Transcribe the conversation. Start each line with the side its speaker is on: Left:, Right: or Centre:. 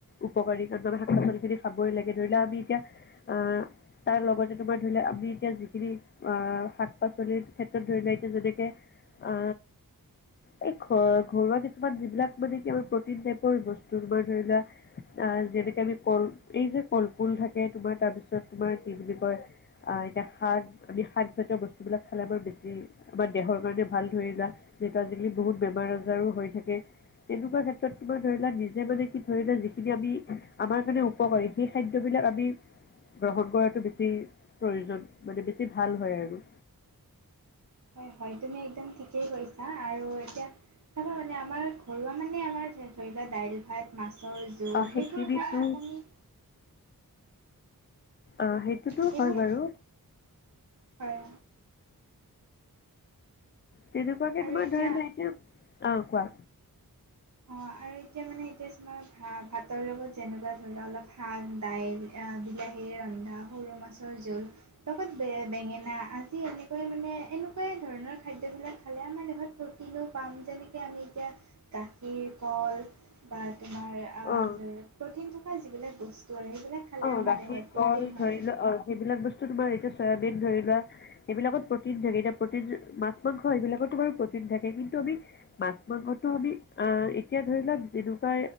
Left: উপকাৰী তাৰমানে শাক পাচলি খিনি খাবই লাগে ধৰি লও আমি এতিয়া আ তাৰ লগতে। তোমাৰ ধৰি লোৱা আমি এতিয়া যিখিনি আ শাক পাচলিৰ ক্ষেত্ৰত ধৰি লোৱা এতিয়া যেনেকৈ আ <unintelligible> এই ঘ ঘৰুৱা কিছুমান যিবিলাক মানে কি আ প্ৰটিন টাইপৰ বস্তু তোমাৰ ধৰি লোৱা আ যেনেকে আমি কল এই যে কলপুল থাকে তোমাৰ তাৰপিছত তোমাৰ কি বুলি কয় আ এতিয়া শাক আমি শাকজাতীয় বস্তুবিলাক খালে আমাৰ বেছি আমাৰ দেহৰ কাৰণে ভাল ধৰি লোৱা। যেতো আজিকালি বহুত বেমাৰ আজাৰো হৈ থাকে। তেনেকোৱা ক্ষেত্ৰত তোমাৰ ধৰি লোৱা নিজে মানে কি ধৰিলা যিখিনি আমি আমাৰ কাৰণে উপকাৰ সেই খাদ্যবিলা ক আমি গ্ৰহণ কৰাটো বেছি। প্ৰয়োজন মানে বেছি ভাল হয় আৰু
Right: হয় -হয় তুমি একদম ঠিকেই কৈছা আৰু এতিয়া চাবা মানে আমাৰ ঘৰুৱা মানে আমাৰ ধৰি লোৱা দাইল ভাত, মাছৰ জোল
Left: আহ সেইখিনিতো
Right: সেইবোৰ খাই আমনি
Left: অহ, সেইটোতো
Right: সেইবোৰ
Left: হয় বাৰু।
Right: হয়।
Left: তেনেকুৱাকে
Right: আৰু
Left: তোমাৰ
Right: এতিয়া
Left: ধৰি লোৱা এইটোব অহ কোৱা?
Right: অহ, আৰু এতিয়া মানে এতিয়া তোমাৰ ভা- ভাতৰ লগত যেনেকুৱা ধৰি লোৱা অলপ শাক- দাইল আ বিলাহীৰ ৰন্ধা সৰু মাছৰ জোল লগত বেঙেনা আজি এনেকৈয়ে মানে এনেকুৱাই ধৰণৰ খাদ্যবিলাক খালে আমাৰ দেহত প্ৰটিনো পাম যেনেকে আমি এতিয়া গা গাখীৰ, কল বা তোমাৰ আহ
Left: অঁ
Right: ধৰি ল প্ৰটিন থকা যিবিলাক বস্তু আৰু সেইবিলাক খালে
Left: অহ,
Right: আমাৰ
Left: গাখীৰ,
Right: দেহত
Left: কল
Right: প্ৰ'টিন হয়
Left: ধৰি লোৱা আ সেইবিলাক বস্তু তোমাৰ এতিয়া চয়াবিন ধৰি লোৱা এইবিলাকত প্ৰটিন থাকে এতিয়া প্ৰটিন মাছ- মাংস এইবিলাকতটো বাৰু প্ৰটিন থাকে কিন্তু আমি মাছ - মাংস টো আমি আহ এতিয়া ধৰি লোৱা যেনেকুৱা